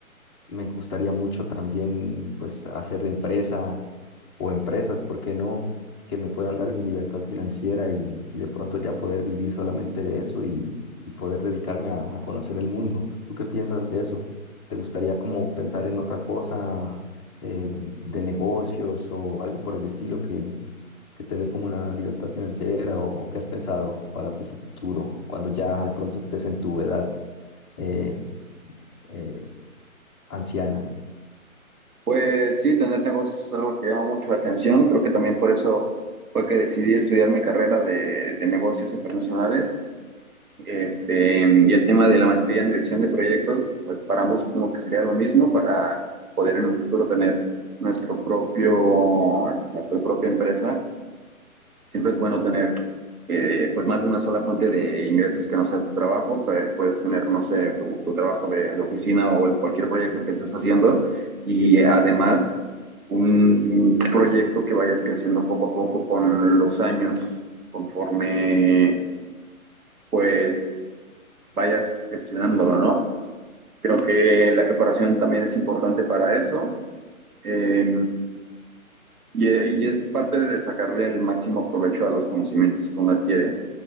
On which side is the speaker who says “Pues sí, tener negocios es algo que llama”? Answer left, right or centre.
Right